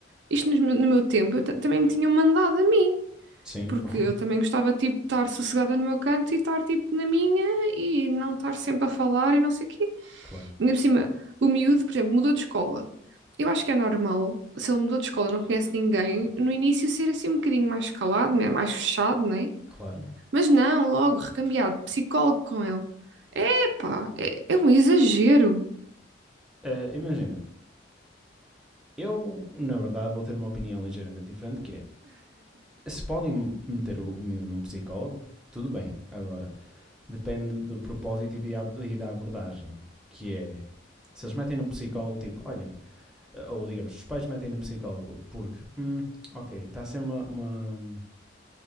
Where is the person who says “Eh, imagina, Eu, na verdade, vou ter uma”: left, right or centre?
Centre